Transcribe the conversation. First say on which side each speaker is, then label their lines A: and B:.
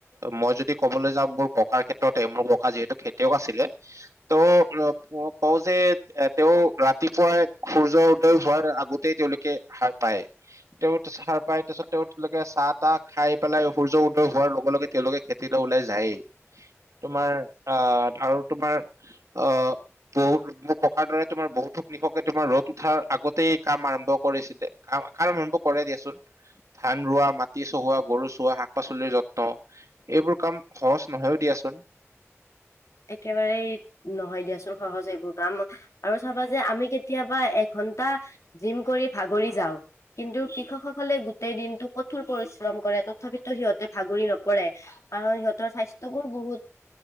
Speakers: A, on the right; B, on the left.
A: মই যদি কবলৈ যাওঁ মোৰ ককাৰ ক্ষেত্ৰতে মোৰ ককা যিহেতু খেতিয়ক আছিলে ত কও যে এ তেওঁ ৰাতিপুৱাই সূৰ্য উদয় হোৱাৰ আগতেই তেওঁলোকে হাৰ পায়। তেওঁ হাৰপাই তাৰপিছত তেওঁ তেওঁলোকে চাহ তাহ খাই পেলাই সূৰ্য উদয় হোৱাৰ লগে লগে তেওঁলোকে খেতিলৈ ওলাই যায়েই। তোমাৰ আহ আৰু তোমাৰ অ', বহুত মোৰ ককাৰ দৰে তোমাৰ বহুতোক কৃষকে তোমাৰ ৰ'দ উঠাৰ আগতেই কাম আৰম্ভ কৰিছিলে। কাৰন আৰম্ভভ কৰে দিয়াচোন ধান ৰোৱা মাটি চহোৱা গৰু চোৱা শাক পাচলিৰ যত্ন এইবোৰ কাম সহজ নহয়ও দিয়াচোন।
B: একেবাৰে নহয় দিয়াচোন সহজ এইবোৰ কাম আৰু চাবা যে আমি কেতিয়াবা এঘন্টা জিম কৰি ভাগৰি যাওঁ কিন্তু কৃষকসকলে গোটেই দিনটো কঠোৰ পৰিশ্ৰম কৰে তথাপিতো সিহঁতে ভাগৰি নপৰে আৰু সিহঁতৰ স্বাস্থ্যয়বোৰ বহুত